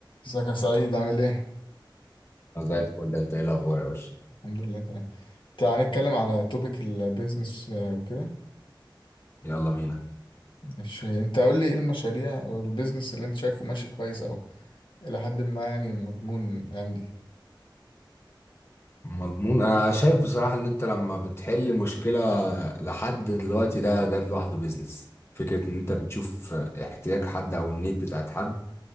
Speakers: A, on the left; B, on the left.
A: ازيك يا سعيد عامل ايه؟
B: طب زي الفل انت ايه الاخبار يا باشا
A: الحمد لله تمام تعال نتكلم على توبيك البيزنس آه، وكده
B: يلا بينا
A: مش انت قول لي ايه المشاريع او البيزنس اللي انت شايفه ماشي كويس او الى حد ما يعني مضمون الايام دي
B: مضمون انا شايف بصراحة ان انت لما بتحل مشكلة لحد دلوقتي ده ده لوحده بيزنس فكرة ان انت بتشوف احتياج حد او النيد بتاعت حد